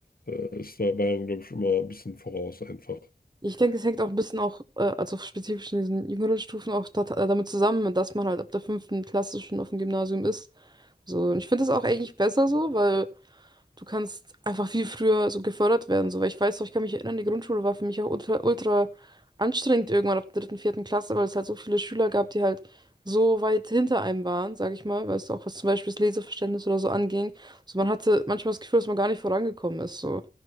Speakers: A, on the left; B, on the right.
A: äh, ist da Bayern, glaube ich, immer ein bisschen voraus einfach.
B: Ich denke, es hängt auch ein bisschen auch, äh, also spezifisch in diesen jüngeren Stufen auch dat, äh, damit zusammen, dass man halt ab der fünften Klasse schon auf dem Gymnasium ist. So, und ich finde das auch eigentlich besser so, weil Du kannst einfach viel früher so gefördert werden, so, weil ich weiß noch, ich kann mich erinnern, die Grundschule war für mich auch ultra, ultra anstrengend irgendwann ab der dritten, vierten Klasse, weil es halt so viele Schüler gab, die halt so weit hinter einem waren, sag ich mal, weißt du, auch was zum Beispiel das Leseverständnis oder so anging. So, man hatte manchmal das Gefühl, dass man gar nicht vorangekommen ist, so.